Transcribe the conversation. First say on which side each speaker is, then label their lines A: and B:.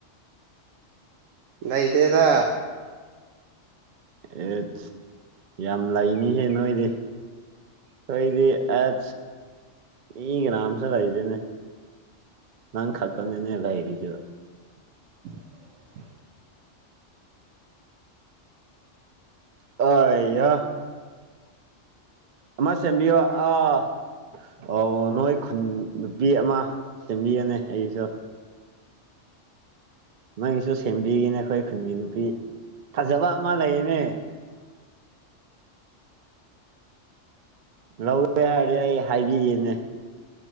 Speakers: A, on the right; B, on the right.
A: ꯅ ꯏꯇꯩꯗ
B: ꯑꯦꯠ ꯌꯥꯝ ꯂꯩꯅꯤꯍꯦ ꯅꯣꯏꯗꯤ ꯀꯗꯤ ꯑꯦ ꯏ ꯉ꯭ꯔꯝꯁ ꯂꯏꯗꯅꯦ ꯅꯪ ꯀꯥꯛꯄꯟꯦꯅꯦꯂ ꯍꯥꯏꯔꯤꯁꯤꯕ
A: <unintelligible>
B: ꯑ ꯑꯃ ꯁꯦꯝꯕꯤꯌꯣ ꯑꯥ ꯑꯣ ꯅꯣꯏ ꯈꯨꯟ ꯅꯨꯄꯤ ꯑꯃ ꯁꯦꯝꯕꯤꯔꯅꯦ ꯑꯩꯁꯨ ꯅꯪꯁꯨ ꯁꯦꯝꯕꯤꯒꯅꯦ ꯑꯩꯈꯣꯏ ꯈꯨꯟꯒꯤ ꯅꯨꯄꯤ ꯐꯖꯕ ꯑꯃ ꯂꯩꯌꯦꯅꯦ ꯂꯧꯋꯦ ꯍꯥꯏꯔꯗꯤ ꯑꯩ ꯍꯥꯏꯕꯤꯌꯦꯦꯅꯦ